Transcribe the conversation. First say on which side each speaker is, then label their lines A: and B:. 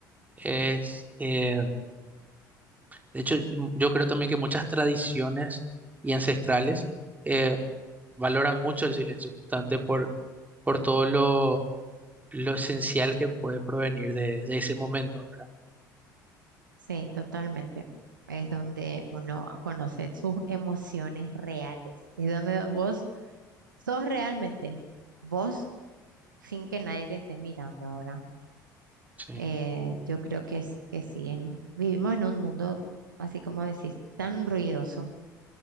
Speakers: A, on the right; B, on the right.
A: es... eh, De hecho, yo creo también que muchas tradiciones y ancestrales eh, valoran mucho el silencio, justamente por, por todo lo, lo esencial que puede provenir de, de ese momento, ¿verdad?
B: sí, totalmente. Es donde uno conoce sus emociones reales. Es donde vos sos realmente vos sin que nadie te esté mirando ahora.
A: Sí,
B: Eh, yo creo que, es- que sí, en- vivimos en un mundo, así como decís, tan ruidoso